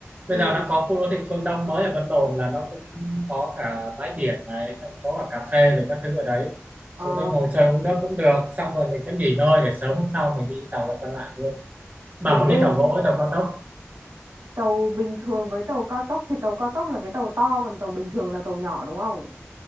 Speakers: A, on the right; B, on the right.
A: ừ
B: bây giờ nó có khu đô thị phương Đông mới ở Vân Đồn là nó cũng có cả bãi biển này xong có cả cà phê rồi các thứ ở đấy
A: Ờ,
B: xuống đây ngồi chơi uống nước cũng được xong rồi mình sẽ nghỉ ngơi để sớm hôm sau mình đi tàu là còn lại luôn bà
A: buổi
B: muốn
A: đêm
B: đi tàu gỗ hay tàu cao tốc
A: Tàu bình thường với tàu cao tốc thì tàu cao tốc là cái tàu to còn tàu bình thường là tàu nhỏ đúng không?